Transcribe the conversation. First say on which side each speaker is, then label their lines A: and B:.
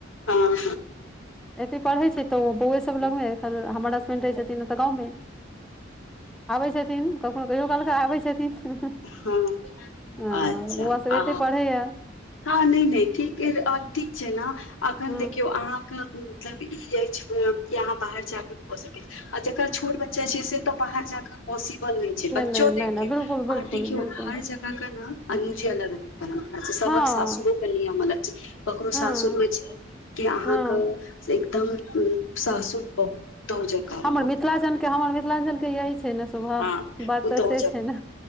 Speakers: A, on the left; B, in the centre.
A: हँ
B: एते पढ़ै छै तऽ ओ बौए सभ लगमे एखन हमर हसबैड रहै छथिन ओतऽ गाव मे आबै छथिन कखनो कहियो कालके आबै छथिन।
A: ह
B: हँ
A: अच्छा
B: बौआ सब
A: आ
B: एते पढ़ैया
A: ह नहि नहि ठीक ठीक छै ने अखन
B: हँ
A: देखियौ अहाँ मतलब ई जे यहाँ। बाहर जाकऽ हो सकैत छै आ जकर छोट बच्चा छै से तऽ बाहर जाक पॉसिबल नहि छै बच्चो
B: नहि नहि
A: देखौ
B: नहि बिल्कुल बिल्कुल
A: आर देखियौ
B: बिल्कुल
A: हरे जगह अनुजी आ रह परम्परा
B: हँ
A: सँ सासुरो के नियमल छै करो
B: हँ
A: सासुर मे छै के अहाँकेँ
B: हँ
A: एकदम ससुर बहुततो जकाँ
B: हमर
A: रहत
B: मिथिलाञ्चल हमर मिथिलांचल के यही छै ने स्वभाव
A: हँ
B: बात
A: पुतहु
B: तऽ से छै ने